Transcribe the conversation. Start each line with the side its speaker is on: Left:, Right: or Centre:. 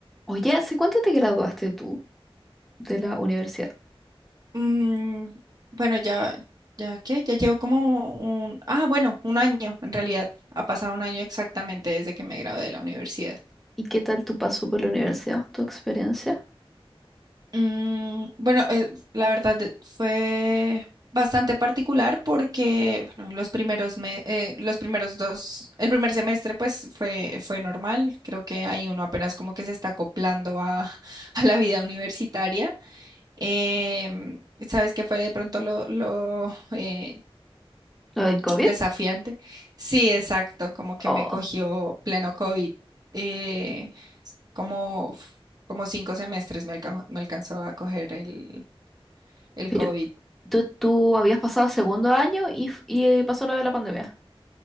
Centre: Oye, ¿hace cuánto te graduaste tú de la universidad?
Right: Mm, bueno, ya, ya que ya llevo como un, ah, bueno, un año, en realidad ha pasado un año exactamente desde que me gradué de la universidad.
Centre: ¿Y qué tal tu paso por la universidad, tu experiencia?
Right: Mm, bueno, eh, la verdad eh, fue bastante particular porque, bueno, los primeros me- eh, los primeros dos, el primer semestre pues fue, fue normal, creo que ahí uno apenas como que se está acoplando a, <laughs> a la vida universitaria. Em, ¿sabes qué fue de pronto lo, lo, eh,
Centre: ¿Lo del COVID?
Right: Desafiante. Sí, exacto, como que
Centre: Oh,
Right: me cogió pleno COVID. eh, como, como cinco semestres me alcanzó, me alcanzó a coger el, el
Centre: pero
Right: COVID.
Centre: tú, tú habías pasado segundo año y, f- y eh, pasó lo de la pandemia.